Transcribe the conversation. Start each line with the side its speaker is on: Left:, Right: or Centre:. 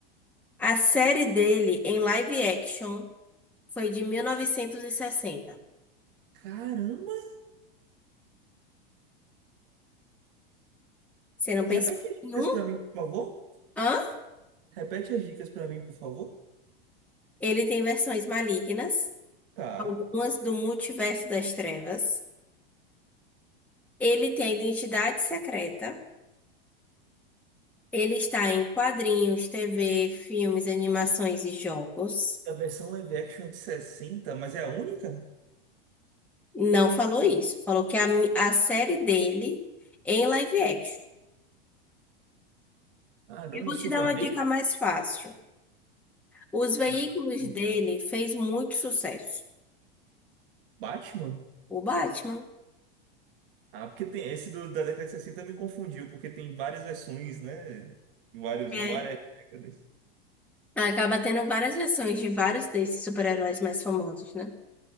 Centre: A série dele em live action foi de 1960.
Right: Caramba!
Centre: Você não
Right: Repete
Centre: pensou
Right: as
Centre: em
Right: dicas
Centre: um?
Right: pra mim, por favor.
Centre: Hã?
Right: Repete as dicas pra mim, por favor.
Centre: Ele tem versões malignas,
Right: Tá.
Centre: algumas do multiverso das trevas. Ele tem a identidade secreta. Ele está em quadrinhos, TV, filmes, animações e jogos.
Right: A versão live action é de 60, mas é a única?
Centre: Não falou isso. Falou que a, mi- a série dele é em live action.
Right: Caramba,
Centre: Eu vou
Right: Superman?
Centre: te dar uma dica mais fácil. Os veículos
Right: Não, Superman.
Centre: dele fez muito sucesso.
Right: Batman?
Centre: O Batman.
Right: Ah, porque tem esse do- da década de 60 me confundiu, porque tem várias versões, né? Em vários,
Centre: É.
Right: várias décadas.
Centre: Acaba tendo várias versões de vários desses super-heróis mais famosos, né?